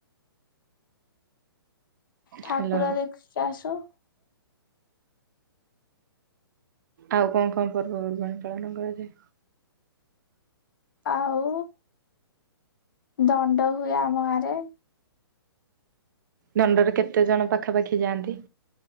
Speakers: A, on the left; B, on the right.
A: ଠାକୁର
B: ହ୍ୟାଲୋ
A: ଦେଖିକି ଆସୁ।
B: ଆଉ କଣ କଣ ପର୍ବପର୍ବାଣି ପାଳନ କରାଯାଏ?
A: ଆଉ ଦଣ୍ଡ ହୁଏ ଆମ ଗାଁରେ।
B: ଦଣ୍ଡରେ କେତେ ଜଣ ପାଖାପାଖି ଯାଆନ୍ତି?